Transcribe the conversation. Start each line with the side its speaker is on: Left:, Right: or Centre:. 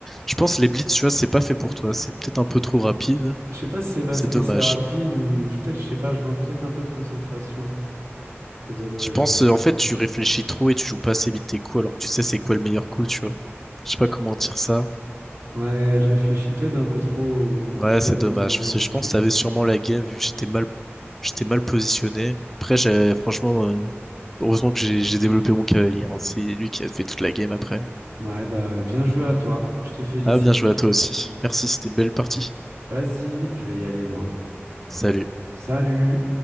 Centre: je pense les blitz, tu vois, c'est pas fait pour toi. C'est peut-être un peu trop rapide.
Right: Je sais pas si c'est parce
Centre: C'est
Right: que
Centre: dommage.
Right: c'est rapide ou peut-être, je sais pas, je manque peut-être un peu de concentration. C'est dommage,
Centre: Je pense,
Right: ouais.
Centre: euh, en fait, tu réfléchis trop et tu joues pas assez vite tes coups, alors que tu sais c'est quoi le meilleur coup, tu vois. Je sais pas comment dire ça.
Right: Ouais, je réfléchis peut-être un peu trop au coup le
Centre: Ouais,
Right: plus
Centre: c'est
Right: amusant
Centre: dommage. Parce que
Right: et
Centre: je
Right: tout.
Centre: pense que t'avais sûrement la game, vu que j'étais mal, j'étais mal positionné. Après, j'ai, franchement, euh, heureusement que j'ai j'ai développé mon cavalier. hein. C'est lui qui a fait toute la game après.
Right: Ouais, bah bien joué à toi. Je te félicite.
Centre: Ah, bien joué à toi aussi. Merci, c'était une belle partie.
Right: Vas-y, je vais y aller moi.
Centre: Salut.
Right: Salut!